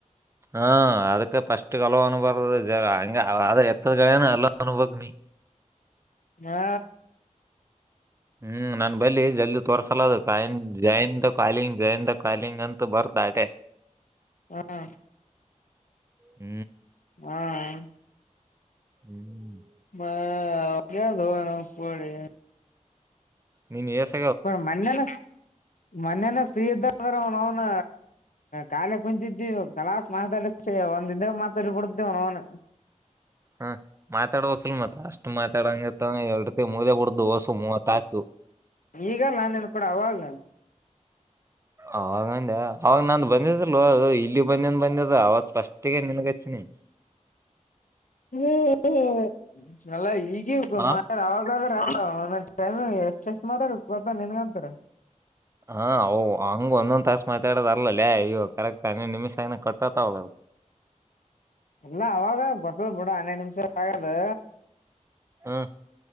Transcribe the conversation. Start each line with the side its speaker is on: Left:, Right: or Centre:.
Right: ಹ ಅದಕ್ಕ ಫಸ್ಟ್ ಹಲೋ ಅನ್ಬಾರ್ದ್ರ ಜರಾ ಹಂಗ ಅದ ಎ ಅಂತಾ ಗಾಯನ ಅಲ್ಲಾ ಅನಬೇಕು ನಿ
Left: ಮ್ಮಾ
Right: ಹು ನಾನ್ ಬಲ್ಲಿ ಜಲ್ದಿ ತೋರ್ಸಲ ಅದು ಕಾಯ join the calling join the calling ಅಂತ ಬರ್ ಸಾಕಾಗಿ
Left: ಹು
Right: ಹು
Left: ಆ ಹು
Right: ಹು
Left: ಮ ಅವರಿಗೆ ಹೇಳು ರಫ್ ಹೊಡಿ
Right: ನೀನ್ನ್ ಎಷ
Left: ಪಡ ಮನ್ನೆನ್ ಮೊನ್ನೆನ ಫ್ರೀ ಇದ್ದಂಗ ಅವ ಅವನ ಕಾನಿ ಕುಂಚಿದಿ ಕಲಾಸ್ ಮಾತಾದಚಾಯ್ ಒಂದಇದು ಮಾತಾಡಿ ಬಿಡತೇವ ಅವನೋವುನ
Right: ಹ ಮಾತಾಡಬೇಕಕ್ಲ್ ಮತ್ರ ಅಷ್ಟ್ ಮಾತಾಡಂಗತ್ತ ಎರಡು ಮುದೆ ಬಿಡ್ದು ಹೊಸು ಮೂವತ್ ಆತು
Left: ಈಗ ನಾನೇನ್ ಕೂಡ ಅವಾಗ
Right: ಆವಾಗಂದೆ ಅವಾಗ ನಂದ ಬಂದಿದಿಲ್ಲೋ ಅದು ಇಲ್ಲಿ ಬಂದನ್ ಬಂದಿದ ಅವತ್ ಫಸ್ಟ್ಗೆ ನಿನ್ಗಚ್ಚಿನಿ
Left: ಹು ಹು ಅಲ್ಲ ಈಗ ಈಗ
Right: ಹ
Left: ಮಾತಾಡ ಅವಾಗಾದ್ರ ಅಲ್ಲ ಮತ್ತ ಎಷ್ಟು ಚೆಕ್ ಮಾಡಾರ ಗೊತ್ತಾ ನಿನಗಂತರ
Right: ಹಾ ಹು ಹಂಗ ಒಂದೊಂದ್ ತಾಸಸ್ ಮಾತಾಡೋದ ಅರ್ಲ್ಲಲ್ಲೇ ಕರೆಕ್ಟ್ ಹನ್ನೇ ನಿಮಿಷ ಆಗ ಕಟ್ಟ ಹೌದು
Left: ಇಲ್ಲ ಅವಾಗಾ ಬರ್ತದ ಬಿಡ ಹನೈದು ನಿಮಿಷ ಅದು
Right: ಹ